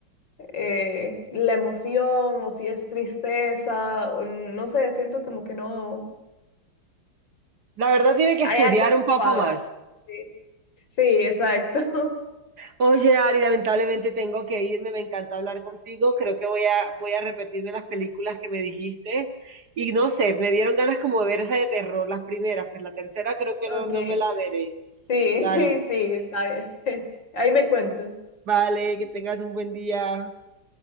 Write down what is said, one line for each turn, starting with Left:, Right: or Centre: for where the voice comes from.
Left: eh, la emoción o si es tristeza o no sé, siento como que no,
Right: la verdad tiene que
Left: hay
Right: estudiar
Left: algo que
Right: un poco
Left: no cuadra.
Right: más.
Left: Sí. Sí, exacto. <laughs>
Right: Oye, Ari, lamentablemente tengo que irme, me encanta hablar contigo, creo que voy a, voy a repetirme las películas que me dijiste y no sé, me dieron ganas como de ver esa de terror, las primeras, pues la tercera creo que
Left: Ok.
Right: no, no me la veré.
Left: Sí,
Right: Vale,
Left: <laughs> sí, está bien. <laughs> Ahí me cuentas.
Right: vale, que tengas un buen día.